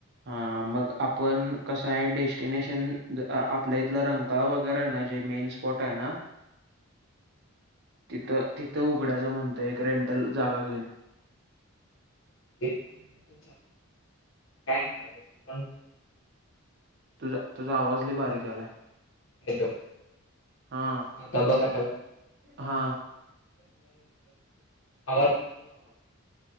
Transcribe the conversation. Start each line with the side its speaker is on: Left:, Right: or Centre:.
Right: हा मग आपण कसं आहे डेस्टिनेशन आपल्या इथलं रंकाळ वगैरे आहे ना जे मेन्स. फट आहे ना. तिथं तिथं उघड्याचं म्हणतं एक रेंटल जागा घेऊन.
Left: हे पण नाहीे काय म्ह अरेण.
Right: तुझा तुझा आवाज ल बारीक आलाय.
Left: हॅलो,
Right: हा
Left: आता बघ आता,
Right: हा
Left: आवाजऽ हवा,